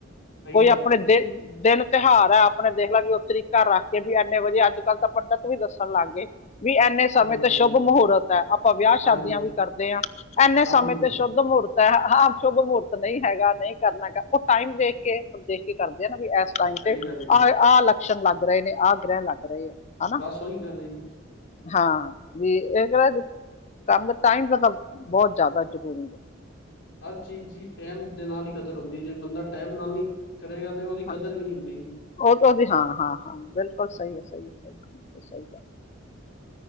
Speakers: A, on the left; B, on the left.
A: ਸਹੀ
B: ਕੋਈ
A: ਗੱਲ
B: ਆਪਣੇ
A: ਹੈ
B: ਦਿ ਦਿਨ ਤਿਉਹਾਰ ਐ ਆਪਣੇ ਦੇਖਲਾ ਵੀ ਉਹ ਤਰੀਕਾ ਰੱਖ ਕਿ ਵੀ, ਇੰਨੇ ਵਜੇ ਅੱਜ ਕੱਲ੍ਹ ਤਾਂ ਪੰਡਿਤ ਵੀ ਦੱਸਣ ਲੱਗ ਗਏ ਵੀ ਇੰਨੇ ਸਮੇਂ
A: ਹਾਂਜੀ
B: ਤੇ
A: ਹਾਂਜੀ
B: ਸ਼ੁੱਭ ਮਹੂਰਤ ਐ ਆਪਾਂ ਵਿਆਹ ਸ਼ਾਦੀਆਂ
A: ਹਾਂਜੀ
B: ਵੀ ਕਰਦੇ ਆ ਇੰਨੇ ਸਮੇਂ
A: ਹਾਂਜੀ
B: ਤੇ ਸ਼ੁੱਧ ਮਹੂਰਤ ਐ, ਹਾਂ ਸ਼ੁਭ ਮਹੂਰਤ ਨਈ ਹੈਗਾ, ਨਈ ਕਰਨਾ ਉਹ ਟਾਈਮ ਦੇਖ ਕੇ ਦੇਖ ਕੇ ਕਰਦੇ ਆ ਨਾ, ਵੀ ਇਸ ਟਾਈਮ
A: ਸਹੀ
B: ਤੇ
A: ਗੱਲ ਹੈ ਜੀ
B: ਆਹ-ਆਹ ਲੱਛਣ ਲੱਗ ਰਹੇ ਨੇ, ਆਹ ਗ੍ਰਹਿਣ ਲੱਗ ਰਹੇ ਆ ਹਨਾ
A: ਬਸ ਓਹੀ ਗੱਲ ਏ ਜੀ।
B: ਹਾਂ, ਵੀ ਇਹ ਕਹ ਕੰਮ ਦਾ ਟਾਈਮ ਦਾ ਤਾਂ ਬਹੁਤ ਜ਼ਿਆਦਾ ਜ਼ਰੂਰੀ ਐ।
A: ਹਰ ਚੀ ਚੀਜ਼ ਦੀ ਟਾਈਮ ਦੇ ਨਾਲ ਈ ਕਤਰ ਹੁੰਦੀ ਜੇ, ਬੰਦਾ ਟਾਈਮ ਨਾਲ ਨਈ ਕਰੇਗਾ, ਤੇ ਓਹਦੀ
B: ਹਾਂ
A: ਕਦਰ ਵੀ ਨਈ ਹੁੰਦੀ
B: ਉਹ ਤਾਂ ਵੀ ਹਾਂ, ਹਾਂ, ਹਾਂ ਬਿਲਕੁਲ ਸਹੀ ਐ, ਸਹੀ ਐ, ਬਿਲਕੁਲ ਸਹੀ